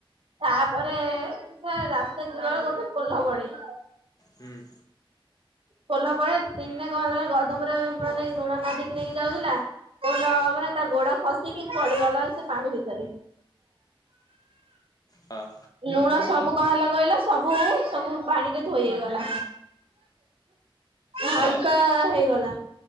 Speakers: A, on the right; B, on the left.
A: ତାପରେ ସେ ରାସ୍ତାରେ ଯିବାବେଳେ ଗୋଟେ ପୋଲ ପଡେ।
B: ହୁଁ।
A: ପୋଲ ପରେ ଦିନେ କଣ ହେଲା ନା- ଗଧ ଉପରେ ମାନେ ଲୁଣ ନଦିକି ନେଇକି ଯାଉଥିଲା ପୋଲ ମାନେ ତା ଗୋଡ ଖସି ଠିକ ପଡିଗଲା ସେ ପାଣି ଭିତରେ
B: ହଁ
A: ଲୁଣ ସବୁ କଣ ହେଇଗଲା କହିଲ? ସବୁ ପାଣିରେ ଧୋଇହେଇଗଲା ହାଲକା
B: ହଁ
A: ହେଇଗଲା।